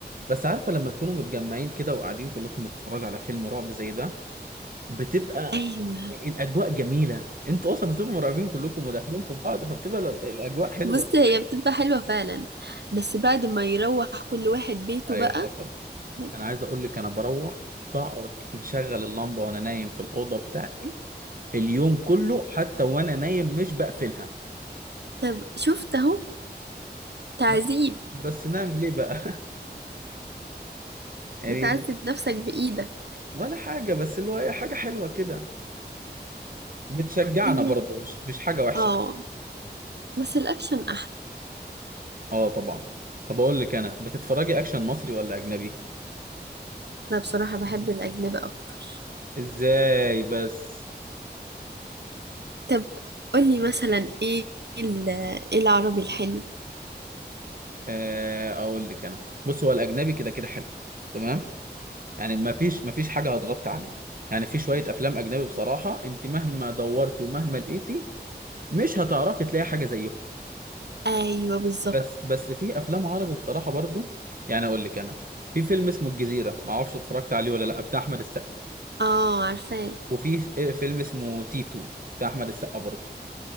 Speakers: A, on the right; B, on the right.
A: بس عارفه لما تكونوا متجمعين كده وقاعدين كلكم بتتفرجوا على فيلم رعب زي ده بتبقى
B: ايوه
A: الاجواء جميله انتوا اصلا بتبقوا مرعوبين كلكم وداخلين في بعض فبتبقى ال- الاجواء حلوه
B: بص هي بتبقى حلوة فعلا بس بعد ما يروح كل واحد بيته
A: ايوه
B: بقى
A: حصل
B: لا.
A: انا عايز اقول لك انا بروح بقعد مشغل اللمبه وانا نايم في الاوضه بتاعتي اليوم كله حتى وانا نايم مش بقفلها
B: طب شفت اهو تعذيب
A: بس بس نعمل ايه بقى <laughs> يعني
B: بتعذب نفسك بإيدك
A: ولا حاجه بس اللي هو إيه، حاجه حلوه كده بتشجعنا
B: هي
A: برضه مش مش حاجه وحشه
B: اه بس الأكشن أحلى
A: اه طبعا طب اقول لك انا بتتفرجي اكشن مصري ولا اجنبي
B: لا بصراحة بحب الأجنبي أكتر
A: ازاي بس
B: طب قولي مثلا ايه ال- ايه العربي الحلو
A: آه، اقول لك انا بص هو الاجنبي كده كده حلو تمام يعني ما فيش ما فيش حاجه هتغطي عليه يعني في شويه افلام اجنبي بصراحه انت مهما دورتي ومهما لقيتي مش هتعرفي تلاقي حاجه زيهم
B: ايوه بالظبط
A: بس بس في افلام عربي بصراحه برضو يعني اقول لك انا في فيلم اسمه الجزيره ما اعرفش اتفرجت عليه ولا لا بتاع احمد السقا
B: اه عارفاه
A: وفي فيلم اسمه تيتو بتاع احمد السقا برضو